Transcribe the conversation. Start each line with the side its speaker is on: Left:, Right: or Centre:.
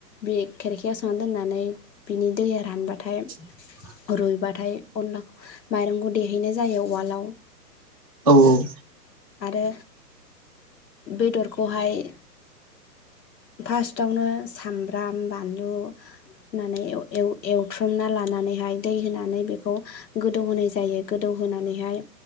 Left: बे खेरखायाव सोमनानै दोननानै बिनि दैया रानबाथाय
Right: <inaudible>
Left: रुइबाथाय अनलाखौ माइरंखौ देहैनाय जायो उवालाव
Right: औ औ
Left: आरो बेदरखौहाय फार्स्टावनो सामब्राम बानलु
Right: <inaudible>
Left: होनानै एव एव एवथ्रमना लानानैहाय दै होनानै बेखौ गोदौ होनाय जायो गोदौ होन नानैहाय